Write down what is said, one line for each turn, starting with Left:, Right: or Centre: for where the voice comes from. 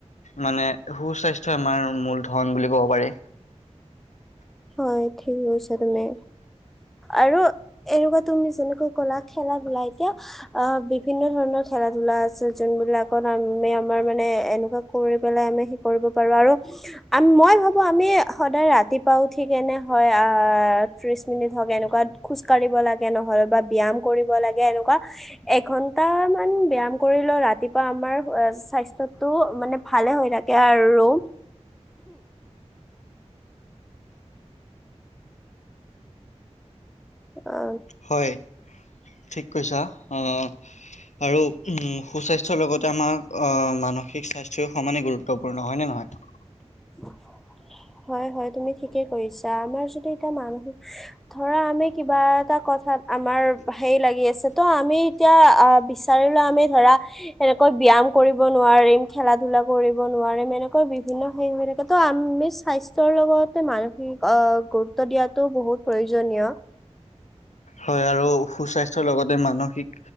Left: মানে সুস্বাস্থ্যই আমাৰ মূল ধন বুলি ক'ব পাৰি।
Centre: হয় ঠিক গৈছা তুমি আৰু এনেকুৱা তুমি যেনেকৈ কলা খেলা ধূলা এতিয়া আহ বিভিন্ন ধৰণৰ খেলা ধূলা আছে যোনবলাকত আমি আমাৰ মানে এনেকুৱা কৰি পেলাই আমি সেই কৰিব পাৰো আৰু আ মই ভাবো আমি সদায় ৰাতিপাও ঠিক এনে হয় আহ ত্ৰিশ মিনিট হওক এনেকুৱা খোজ কাঢ়িব লাগে নহলে বা ব্যয়ায়াম কৰিব লাগে এনেকুৱা এঘন্টামান ব্যায়াম কৰিলেও ৰাতিপুৱা আমাৰ স্বাস্থ্যটো মানে ভালে হৈ থাকে আৰু অ
Left: হয় ঠিক কৈছা আৰু সুস্বাস্থ্যৰ লগতে আমাৰ মানসিক স্বাস্থ্যই সমানে গুৰুত্বপূৰ্ণ হয় নে নহয়
Centre: <unintelligible> হয় হয় তুমি ঠিকে কৰিছা আমাৰ যদি এতিয়া মানুহ ধৰা আমি কিবা এটা কথাত আমাৰ হেই লাগি আছে ত' আমি এতিয়া আহ বিচাৰিলো আমি ধৰা এনেকৈ ব্যায়াম কৰিব নোৱাৰিম খেলা ধূলা কৰিব নোৱাৰিম এনেকৈ বিভিন্ন সেইনেকে ত আমি স্বাস্থ্যৰ লগতে মানসিক গুৰুত্ব দিয়াটো বহুত প্ৰয়োজনীয়
Left: হয় আৰু সুস্বাস্থ্যয়ৰ লগতে মানসিক